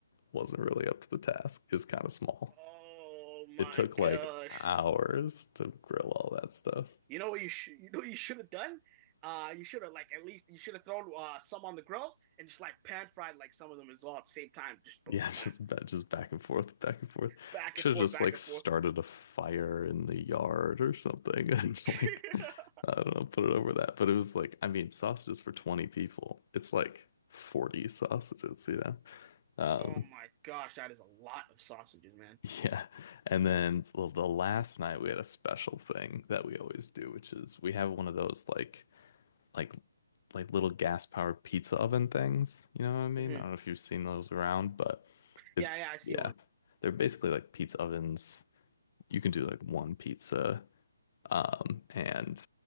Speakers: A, on the left (about 40°); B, on the right (about 20°).
A: wasn't really up to the task. It was kind of small.
B: Oh my
A: It took
B: gosh.
A: like hours to grill all that stuff.
B: You know what you sh you know what you should have done? Uh, you should have like at least you should have thrown uh some on the grill and just like pan fried like some of them as well at the same time. Just bo-
A: Yeah,
B: back
A: <laughs> just ba- just back and forth, back and forth. I
B: back
A: should
B: and forth,
A: have just
B: back
A: like
B: and
A: started
B: forth.
A: a fire in the yard or something <laughs> and just
B: <laughs>
A: like I don't know, put it over that. But it was like, I mean, sausages for 20 people. It's like 40 sausages, you know? Um,
B: Oh my gosh, that is a lot of sausages, man.
A: Yeah. And then the the last night we had a special thing that we always do, which is we have one of those like like like little gas powered pizza oven things. You know what I mean?
B: hmm
A: I don't know if you've seen those around, but it's
B: Yeah, yeah, I see
A: yeah.
B: one.
A: They're basically like pizza ovens. You can do like one pizza, um, and